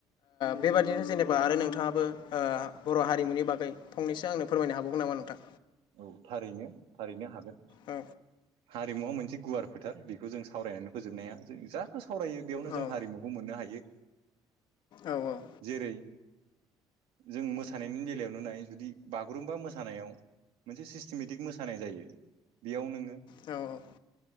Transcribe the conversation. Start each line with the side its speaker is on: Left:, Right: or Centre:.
Left: बेबादिनो जेनेबा आरो नोंथाङाबो ओ बर' हारिमुनि बागै फंनैसो आंनो फोरमायनो हाबावगोन नामा नोंथां?
Right: औ थारैनो थारैनो हागोन।
Left: औ
Right: हारिमुवा मोनसे गुवार फोथार बेखौ जों सावरायनानै फोजोबनो हाया। जों जाखौ सावरायो बेयावनो
Left: औ
Right: जों हारिमुखौ मोननो हायो।
Left: औ औ
Right: जेरै जों मोसानायनि बेलायावनो नाय जुदि बागुरुम्बा मोसानायाव मोनसे सिस्टेमेटिक मोसानाय जायो बेयाव नोङो
Left: औ।